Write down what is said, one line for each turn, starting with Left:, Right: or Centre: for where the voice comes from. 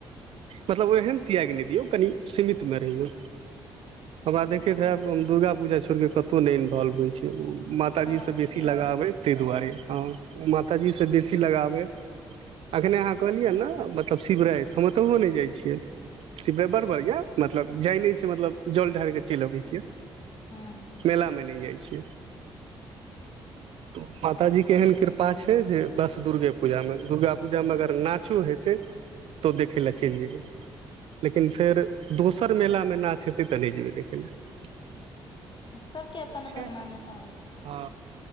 Right: मतलब ओ एहन त्याइग नइ दियौ कनि सीमित मे रहियौ हमरा
Left: हूँ
Right: देखैत हैब दुर्गा पूजा छोड़ि कऽ कतहु नइ इन्वोल्व होइ छै। माताजी
Left: हँ
Right: सँ बेसी
Left: से
Right: लगाब
Left: तऽ अछि
Right: अइ तइ दुआरे हँ ओ माताजी से बेसी लगाब अइ अखने अहाँ कहलियै ने तब शिवरायत हम ओतहुओ नइ जाइ छियै शिवरायत बड़ बड़ बढिया मतलब जाइ नइ छिय मतलब जल ढाइर के चलि अबे छियै
Left: हँ
Right: मेला में न जाय छै। छियै त
Left: हँ
Right: माताजी के एहन कृपा कृपा छै जे बस दुर्गे पूजा मे दुर्गा पूजा मे अगर नाचो हेतै तो देखे लऽ चइल जैबे लेकिन फेर दोसर मेला मे नाच हेतै तऽ नइ जेबै देखै ल
Left: सबके अपन
Right: छै।
Left: अपन मान्यता अछि
Right: हँ